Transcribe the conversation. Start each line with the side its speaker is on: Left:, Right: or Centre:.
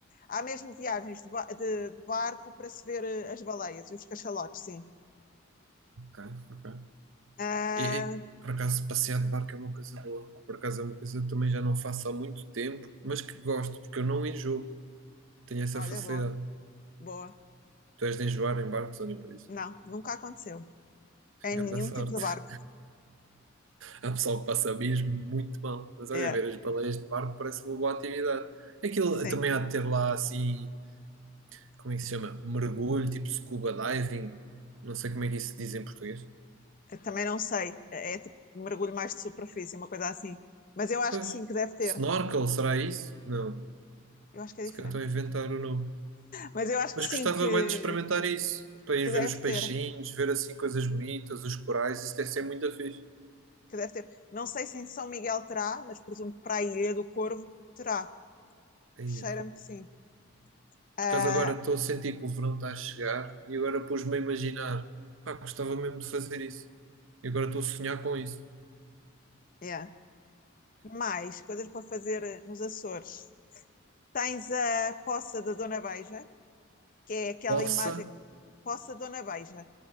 Left: há mesmo viagens de, ba- de- de barco para se ver eh, as baleias e os cachalotes, sim.
Right: Ok, ok.
Left: Ah,
Right: E, e, por acaso, passear de barco é uma coisa boa. Por acaso, é uma coisa que também já não faço há muito tempo, mas que gosto, porque eu não enjoo. Tenho essa
Left: olha,
Right: facilidade.
Left: boa, boa.
Right: Tu és de enjoar em barcos, olhem por isso.
Left: Não, nunca aconteceu. Em
Right: Grande
Left: nenhum
Right: sorte.
Left: tipo de barco.
Right: Há pessoal que passa mesmo muito mal. Mas
Left: É,
Right: olha, ver as baleias de barco parece uma boa atividade. Aquilo
Left: sim.
Right: também há de ter lá assim, como é que se chama? Mergulho, tipo scuba diving. Não sei como é que isso se diz em português.
Left: Eu também não sei. É, é tipo um mergulho mais de superfície, uma coisa assim. Mas eu acho
Right: Pois.
Left: que sim, que deve ter.
Right: Snorkel, será isso? Não.
Left: Eu acho que é
Right: Se
Left: diferente.
Right: calhar estou a inventar o nome.
Left: Mas eu acho
Right: Mas
Left: que sim,
Right: gostava
Left: que,
Right: bem de experimentar isso. Para ir
Left: que
Right: ver
Left: deve
Right: os peixinhos,
Left: ter.
Right: ver assim coisas bonitas, os corais, isso deve ser muito fixe.
Left: Que deve ter. Não sei se em São Miguel terá, mas presumo que para a Ilha do Corvo terá.
Right: Aí,
Left: Cheira-me que sim. Ah,
Right: Por acaso agora estou a sentir que o verão está a chegar e agora pus-me a imaginar, pá, gostava mesmo de fazer isso. E agora estou a sonhar com isso.
Left: yeah. Mais coisas para fazer eh, nos Açores. Tens a Poça da Dona Beija, que é aquela
Right: Poça,
Left: imagem. Poça da Dona Beija.